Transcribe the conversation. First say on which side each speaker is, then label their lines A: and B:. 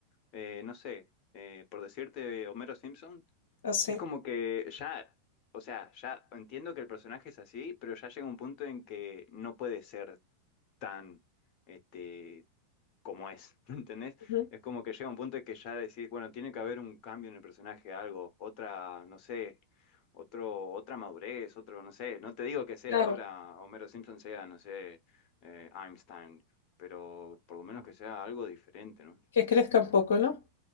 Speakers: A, on the left; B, on the left.
A: eh, no sé, eh, por decirte, Homero Simpson.
B: así.
A: Es como que ya, o sea, ya entiendo que el personaje es así, pero ya llega un punto en que no puede ser tan, este, como es, <laughs> ¿entendés?
B: Ujú,
A: Es como que llega un punto en que ya decís, bueno, tiene que haber un cambio en el personaje, algo, otra, no sé, otro, otra madurez, otro, no sé, no te digo que sea
B: Claro,
A: ahora Homero Simpson sea, no sé, eh, Einstein, pero por lo menos que sea algo diferente, ¿no?
B: que crezca un poco, ¿no?